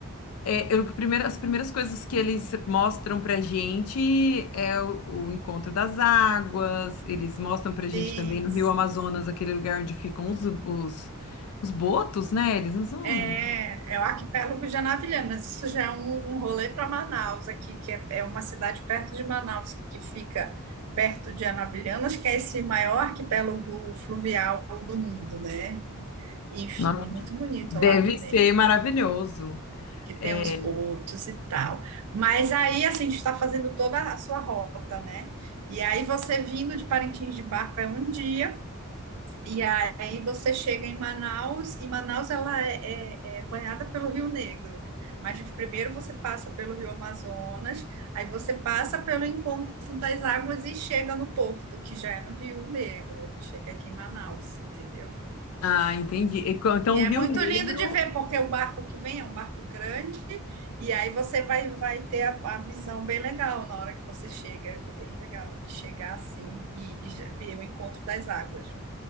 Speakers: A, on the left; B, on the right.
A: É, eu- primeiro- as primeiras coisas que eles mostram pra gente é o, o encontro das águas, eles mostram pra gente
B: Isso.
A: também no Rio Amazonas, aquele lugar onde ficam os, os, os botos, né? Eles não são.
B: É, é o arquipélago de Anavilhanas. Isso já é um, um rolê para Manaus aqui, que é, é uma cidade perto de Manaus, que fica perto de Anavilhanas, que é esse maior arquipélago fluvial do mundo, né? Enfim,
A: Nossa,
B: é muito bonito
A: Deve
B: lá também,
A: ser maravilhoso.
B: que tem
A: É,
B: os botos e tal. Mas aí, assim, a gente está fazendo toda a sua rota, né? E aí você vindo de Parintins de barco é um dia, e aí você chega em Manaus, e Manaus ela é, é- é banhada pelo Rio Negro. Mas primeiro você passa pelo Rio Amazonas, aí você passa pelo encontro das águas e chega no porto, que já é no Rio Negro. Chega aqui em Manaus, entendeu?
A: Ah, entendi. E co- Então,
B: E é
A: o Rio
B: muito
A: Negro.
B: lindo de ver, porque o barco que vem é um barco grande, e aí você vai, vai ter a, a visão bem legal na hora que você chega. É bem legal de chegar assim e, e ver o encontro das águas.